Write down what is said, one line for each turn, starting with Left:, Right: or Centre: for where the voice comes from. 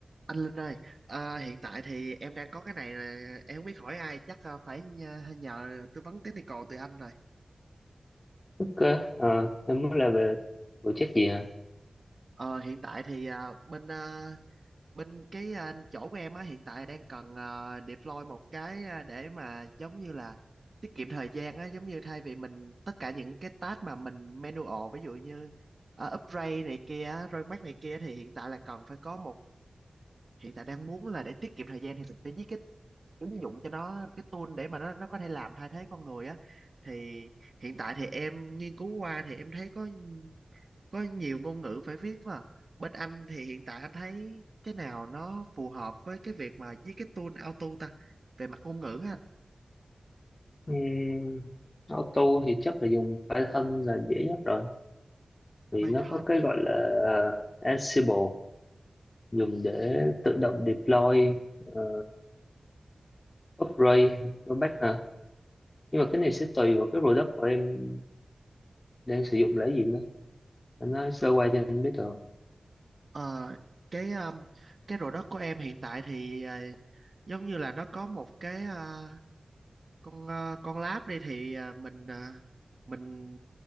Right: Anh Linh ơi, à, hiện tại thì em đang có cái này là em không biết hỏi ai, chắc à, phải nhờ, nhờ tư vấn technical từ anh rồi.
Left: Ok, ờ, em muốn là về về chất gì hả?
Right: Ờ, hiện tại thì à, bên à, bên cái à, chỗ của em á hiện tại đang cần à, deploy một cái à, để mà giống như là tiết kiệm thời gian á, giống như thay vì mình tất cả những cái task mà mình manual ví dụ như uh, upgrade này kia, rollback này kia thì hiện tại là cần phải có một hiện tại đang muốn là để tiết kiệm thời gian thì mình phải viết cái ứng dụng cho nó cái tool để mà nó nó có thể làm thay thế con người á thì hiện tại thì em nghiên cứu qua thì em thấy có có nhiều ngôn ngữ phải viết mà bên anh thì hiện tại anh thấy cái nào nó phù hợp với cái việc mà với cái tool auto ta về mặt ngôn ngữ á anh
Left: Uhm, auto thì chắc là dùng Python là dễ nhất rồi vì
Right: Python
Left: nó có cái gọi là ờ, Ansible dùng để tự động deploy ờ, upgrade rollback hả? Nhưng mà cái này sẽ tùy vào cái product của em đang sử dụng là cái gì nữa em nói sơ qua cho anh biết rồi
Right: Ờ, cái um, cái product của em hiện tại thì ờ, giống như là nó có một cái ờ, con ờ, con lab đi thì ờ, mình ờ, mình